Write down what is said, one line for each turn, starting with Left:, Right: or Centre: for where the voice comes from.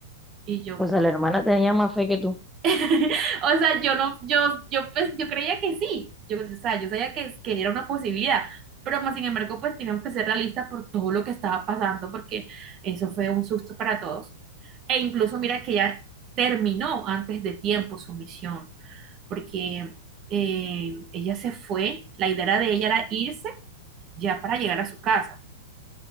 Right: Y yo,
Centre: O sea, la hermana tenía más fe que tú.
Right: <laughs> o sea, yo no, yo, yo pues, yo creía que sí, yo, o sea, yo sabía que, que era una posibilidad, pero más sin embargo, pues teníamos que ser realistas por todo lo que estaba pasando, porque eso fue un susto para todos. E incluso mira que ella terminó antes de tiempo su misión, porque eh, ella se fue, la idea de ella era irse ya para llegar a su casa.